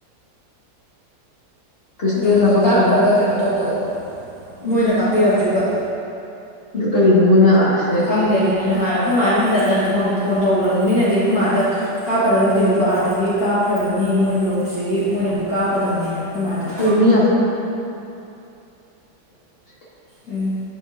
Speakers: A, on the left; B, on the left.
A: ꯄꯨꯁꯀꯨꯝꯕ
B: ꯕꯤꯜꯗꯣ
A: ꯀꯥꯄꯛꯇ꯭ꯔꯕ
B: ꯀꯥꯞꯈ꯭ꯔꯒ ꯀꯩꯅꯣ ꯇꯧꯗꯕ
A: ꯎꯝ
B: ꯃꯣꯏꯅ ꯀꯥꯞꯄꯤꯔꯛꯇ꯭ꯔꯤꯕ
A: ꯑꯗꯨ ꯀꯩꯒꯤꯅꯣ ꯃꯣꯏꯅ ꯑꯁ
B: ꯈꯪꯗꯦ ꯑꯗꯨꯅꯤ ꯅꯍꯥꯟ ꯑꯩꯈꯣꯏ ꯃꯥꯅ ꯍꯟꯖꯤꯟ ꯍꯟꯖꯤꯟ ꯐꯣꯟ ꯇꯧꯈ꯭ꯔꯕꯅꯤ ꯃꯤꯅꯗꯤ ꯑꯩꯈꯣꯏ ꯃꯥꯗ ꯀꯥꯞꯀꯗꯕ ꯕꯤꯜꯗꯣ ꯑꯥꯗꯒꯤ ꯀꯥꯞꯈ꯭ꯔꯕꯅꯤ ꯃꯣꯏꯒꯤ ꯑꯣꯐꯤꯁꯇꯒꯤ ꯃꯣꯏꯅ ꯑꯃꯨꯛ ꯀꯥꯞꯀꯗꯕꯅꯦꯅ ꯑꯩꯈꯣꯏ ꯃꯥꯗ
A: ꯑꯗꯣ ꯃꯤꯅ <unintelligible>
B: ꯎꯝ